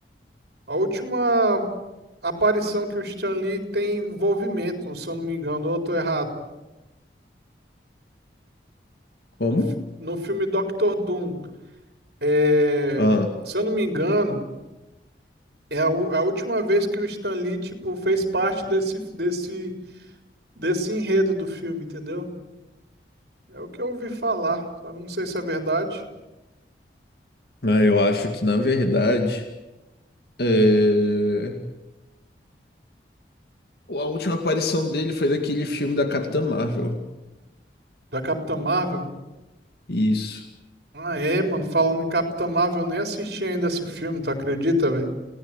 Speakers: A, on the right; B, on the left.
A: A última aparição que o Stan Lee tem envolvimento, se eu não me engano, ou eu tô errado.
B: Como?
A: No, fi- no filme Doctor Doom. É,
B: Ah,
A: Se eu não me engano, é a, u- a última vez que o Stan Lee, tipo, fez parte desse, desse, desse enredo do filme, entendeu? É o que eu ouvi falar. Só não sei se é verdade.
B: ah, eu acho que na verdade. é, A última aparição dele foi daquele filme da Capitã Marvel.
A: Da Capitã Marvel?
B: Isso.
A: Ah, é, mano. Falando em Capitã Marvel, eu nem assisti ainda esse filme, tu acredita, velho?